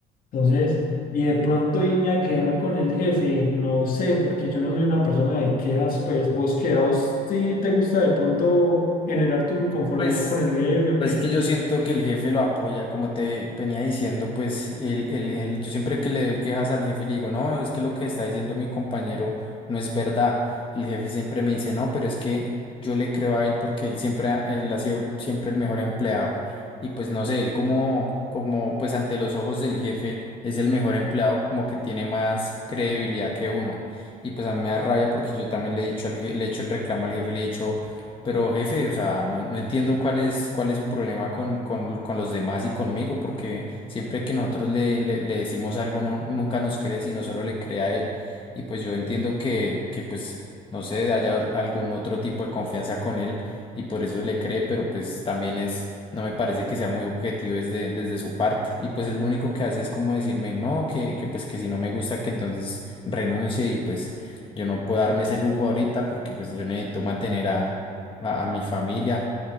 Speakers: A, on the left (about 55°); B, on the left (about 30°).
A: Entonces, y de pronto irme a quejar con el jefe, no sé, porque yo no soy una persona de quejas, pues vos qué, a vos sí te gusta de pronto generar tu inconformidad
B: Pues
A: con el jefe o
B: Pues
A: qué.
B: que yo siento que el jefe lo apoya, como te venía diciendo, pues el, el, el- yo siempre que le doy quejas al jefe le digo, no, es que lo que está diciendo mi compañero no es verdad. El jefe siempre me dice, no, pero es que yo le creo a él porque él siempre, ha- él ha sido siempre el mejor empleado. Y pues no sé, él como, como pues ante los ojos del jefe es el mejor empleado, como que tiene más credibilidad que uno. Y pues a mí me da rabia porque yo también le he dicho, al je- le he hecho el reclamo al jefe, le he dicho... Pero jefe, o sea, no, no entiendo cuál es, cuál es su problema con, con, con los demás y conmigo, porque siempre que nosotros le, le, le decimos algo, no, nunca nos cree, sino solo le cree a él. Y pues yo entiendo que, que pues, no sé, haya algún otro tipo de confianza con él y por eso le cree, pero pues también es, no me parece que sea muy objetivo desde, desde su parte. Y pues es lo único que hace es como decirme, no, que, que pues que si no me gusta, que entonces renuncie y pues yo no puedo darme ese lujo ahorita porque pues yo necesito mantener a a, a mi familia,